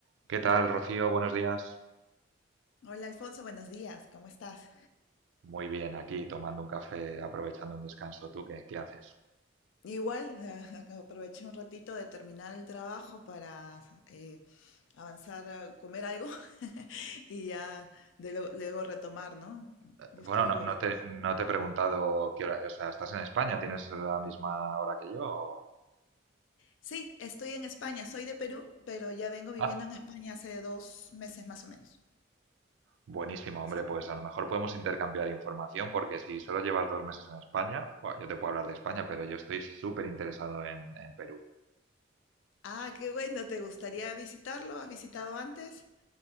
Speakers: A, on the right; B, on the left.
A: ¿Qué tal, Rocío? Buenos días.
B: Hola Alfonso, buenos días, ¿cómo estás?
A: Muy bien, aquí tomando un café, aprovechando un descanso. ¿Tú qué, qué haces?
B: Igual, eh, <laughs> aproveché un ratito de terminar el trabajo para eh, avanzar a comer algo <laughs> y ya de luego, luego retomar, ¿no?
A: Eh,
B: Yo
A: Bueno,
B: estoy
A: no, no
B: ahorita.
A: te, no te he preguntado qué hora, o sea, ¿estás en España? ¿Tienes la misma hora que yo? o-
B: Sí, estoy en España, soy de Perú, pero ya vengo viviendo
A: Ah,
B: en España hace dos meses más o menos.
A: buenísimo, hombre,
B: Sí.
A: pues a lo mejor podemos intercambiar información porque si solo llevas dos meses en España, buah, yo te puedo hablar de España, pero yo estoy súper interesado en, en Perú.
B: Ah, qué bueno, ¿te gustaría visitarlo? ¿Has visitado antes?